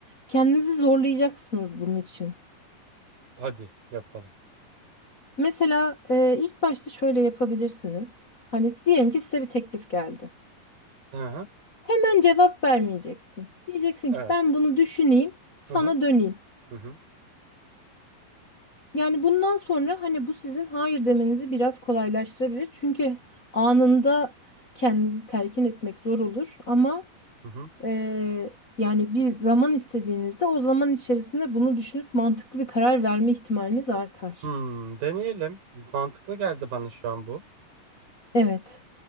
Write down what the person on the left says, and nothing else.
Kendinizi zorlayacaksınız bunun için.
Mesela e, ilk başta şöyle yapabilirsiniz. Hani diyelim ki size bir teklif geldi.
Hemen cevap vermeyeceksin. Diyeceksin
ki ben bunu düşüneyim, sana
döneyim.
Yani bundan sonra hani bu sizin hayır demenizi biraz kolaylaştırabilir. Çünkü anında kendinizi telkin etmek zor olur ama
eee, yani bir zaman istediğinizde o zaman içerisinde bunu düşünüp mantıklı bir karar verme ihtimaliniz artar.
Evet.